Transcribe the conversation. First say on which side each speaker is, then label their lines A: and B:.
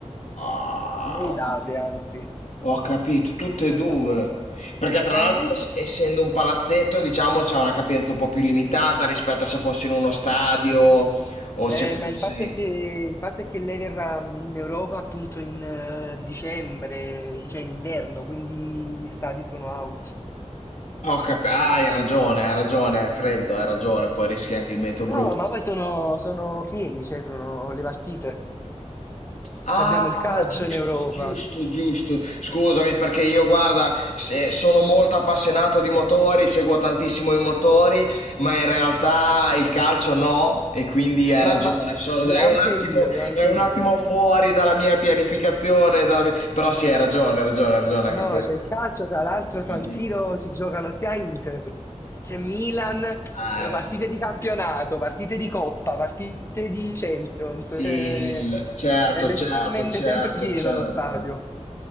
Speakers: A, on the left; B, on the left.
A: Ah,
B: Le
A: ho
B: date,
A: capito.
B: anzi. Eh,
A: Ho capito, tutte e due.
B: vabbè.
A: Perché tra
B: ma
A: l'altro,
B: invece...
A: es-
B: s-
A: essendo un palazzetto, diciamo, c'è una capienza un po' più limitata rispetto a se fossi in uno stadio o
B: eh,
A: se fossi...
B: ma il fatto è che, il fatto è che lei verrà in Europa appunto in eh, dicembre, cioè in inverno, quindi gli stadi sono out.
A: Ho cap- ah, hai ragione, hai ragione, è freddo, hai ragione, poi rischi anche il meteo
B: No,
A: brutto.
B: ma poi sono, sono pieni, cioè sono le partite.
A: Ah,
B: C'abbiamo il calcio
A: giusto,
B: in Europa.
A: giusto, giusto. Scusami perché io, guarda, se- sono molto appassionato di motori, seguo tantissimo i motori, ma in realtà il calcio no, e quindi hai ragione.
B: Ma, ma
A: sono-
B: neanche
A: è un attimo,
B: io, neanche
A: è un
B: io.
A: attimo fuori dalla mia pianificazione, dalla mia- però sì, hai ragione, hai ragione, hai ragione
B: No,
A: anche quello.
B: c'è il calcio, tra l'altro
A: Giustamente.
B: San Siro ci giocano sia Inter che Milan, eh,
A: Ah, hai ragione.
B: partite di campionato, partite di coppa, partite di Champions,
A: Sì,
B: cioè,
A: il- certo,
B: è letteralmente
A: certo, certo,
B: sempre pieno
A: certo,
B: lo stadio.